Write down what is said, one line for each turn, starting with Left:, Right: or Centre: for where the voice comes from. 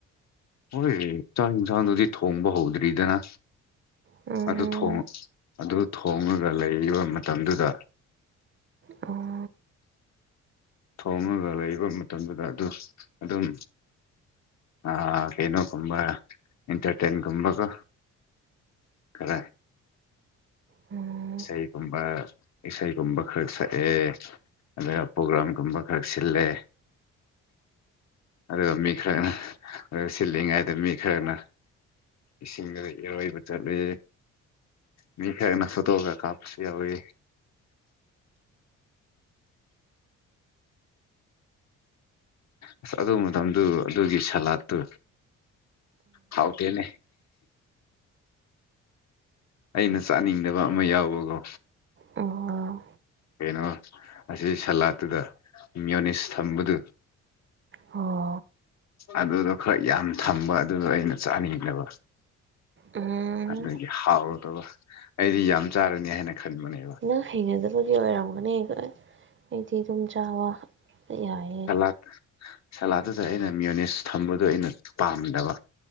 Left: ꯍꯣꯏ ꯆꯥꯛ ꯍꯤꯟꯁꯥꯡꯗꯨꯗꯤ ꯊꯣꯡꯕ ꯍꯧꯗ꯭ꯔꯤꯗꯅ
Right: ꯎꯝ
Left: ꯑꯗꯨ ꯊꯣꯡ ꯑꯗꯨ ꯊꯣꯡꯉꯒ ꯂꯩꯕ ꯃꯇꯝꯗꯨꯗ
Right: ꯑꯣ
Left: ꯊꯣꯡꯉꯒ ꯂꯩꯕ ꯃꯇꯝꯗꯨꯗ ꯑꯗꯨ ꯑꯗꯨꯝ ꯑ ꯀꯩꯅꯣ ꯒꯨꯝꯕ ꯏꯟꯇꯔꯇꯦꯟ ꯒꯨꯝꯕꯥꯀꯣ ꯈꯔ
Right: ꯎꯝ
Left: ꯏꯁꯩꯒꯨꯝꯕ ꯏꯁꯩꯒꯨꯝꯕ ꯈꯔ ꯁꯛꯑꯦ ꯑꯗꯨꯒ ꯄꯣꯒ꯭ꯔꯥꯝꯒꯨꯝꯕ ꯈꯔ ꯁꯤꯜꯂꯦ ꯑꯗꯨꯒ ꯃꯤ ꯈꯔꯅ ꯁꯤꯜꯂꯤꯉꯩꯗ ꯃꯤ ꯈꯔꯅ ꯏꯁꯤꯡꯗꯒ ꯏꯔꯣꯏꯕ ꯆꯠꯂꯦ ꯃꯤ ꯈꯔꯅ ꯐꯣꯇꯣ ꯒꯥ ꯀꯞꯄꯁꯨ ꯌꯥꯎꯋꯦ ꯑꯁ ꯑꯗꯨ ꯃꯇꯝꯗꯨ ꯑꯗꯨꯒꯤ ꯁꯂꯥꯠꯇꯨ ꯍꯥꯎꯇꯦꯅꯦ ꯑꯩꯅ ꯆꯥꯅꯤꯡꯗꯕ ꯑꯃ ꯌꯥꯎꯕꯀꯣ
Right: ꯎꯝ ꯑꯣ
Left: ꯀꯩꯅꯣ ꯑꯁꯤ ꯁꯂꯥꯠꯇꯨꯗ ꯃ꯭ꯌꯣꯅꯤꯁ ꯊꯝꯕꯗꯨ
Right: ꯍꯣ
Left: ꯑꯗꯨꯗꯣ ꯈꯔ ꯌꯥꯝ ꯊꯝꯕ ꯑꯗꯨꯗꯣ ꯑꯩꯅ ꯆꯥꯅꯤꯡꯗꯕ
Right: ꯎ ꯍꯝ
Left: ꯑꯗꯨꯒꯤ ꯍꯥꯎꯇꯕ ꯑꯩꯗꯤ ꯌꯥꯝ ꯆꯥꯔꯅꯤ ꯍꯥꯏꯅ ꯈꯟꯕꯅꯦ
Right: ꯅꯪ ꯍꯩꯅꯗꯕꯒꯤ ꯑꯣꯏꯔꯝꯒꯅꯤꯕ ꯑꯩꯗꯤ ꯑꯗꯨꯝ ꯆꯥꯕ ꯌꯥꯏꯌꯦ
Left: ꯑꯞ ꯁꯂꯥꯗꯨꯗ ꯑꯩꯅ ꯃꯤꯌꯣꯅꯤꯁ ꯊꯝꯕꯗꯣ ꯑꯩꯅ ꯄꯥꯝꯗꯕ